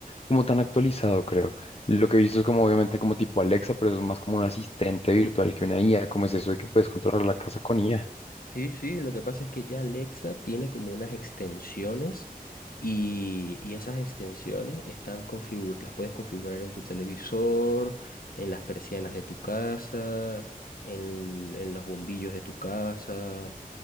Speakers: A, on the left (about 40°); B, on the left (about 70°).
A: como tan actualizado, creo. Lo que he visto es como obviamente como tipo Alexa, pero eso es más como un asistente virtual que una IA. ¿Cómo es eso de que puedes controlar la casa con IA?
B: Sí, sí, lo que pasa es que ya Alexa tiene como unas extensiones y, y esas extensiones están configuradas, las puedes configurar en tu televisor, en las persianas de tu casa, en, en los bombillos de tu casa,